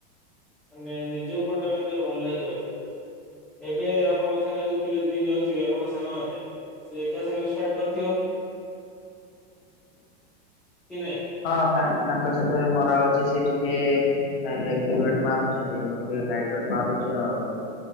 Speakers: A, in the centre; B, on the left.
A: ମାନେ ନିଜକୁ ଗୋଟେ ଏନ୍ତି ଭଲ ଲାଗିବ କି। ଏବେ ଆପଣଙ୍କ ସାଙ୍ଗରେ ଯୋଉ ପିଲା ଯିିମ୍ ଯାଉଥିବେ ଆପଣଙ୍କ ସାଙ୍ଗମାନେ ସେ ଏକା ସାଙ୍ଗରେ ଷ୍ଟାର୍ଟ କରିଥିବ। କି ନାଇଁ?
B: ହଁ ତା ତାଙ୍କ ସହିତ ଏବେ ମରାହେଉଚି ସେ। <unintelligible> ହେ ହେବି ୱେଟ୍ ମାରୁଛନ୍ତି ମୁଁ ଟିକେ ଲାଇଟୱେଟ୍ ମାରୁଚି ଆଉ।